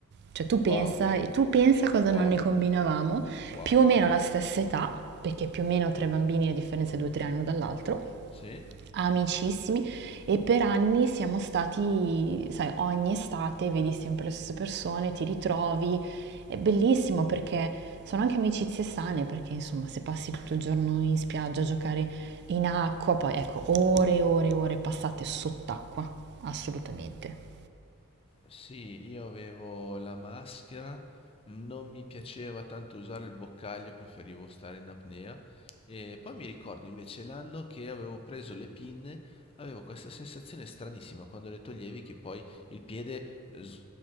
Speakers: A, on the right; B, on the left.
A: Cioè tu
B: Wow,
A: pensa, e tu pensa cosa
B: wow,
A: non ne combinavamo,
B: wow.
A: più o meno alla stessa età, perché più o meno tre bambini a differenza di due o tre anni uno dall'altro,
B: Sì?
A: amicissimi, e per anni siamo stati, sai, ogni estate vedi sempre le stesse persone, ti ritrovi, è bellissimo perché sono anche amicizie sane, perché insomma se passi tutto il giorno in spiaggia a giocare in acqua, poi ecco, ore e ore e ore passate sott'acqua, assolutamente.
B: Sì, io avevo la maschera, non mi piaceva tanto usare il boccaglio, preferivo stare in apnea. E poi mi ricordo invece l'anno che avevo preso le pinne, avevo questa sensazione stranissima quando le toglievi che poi il piede eh,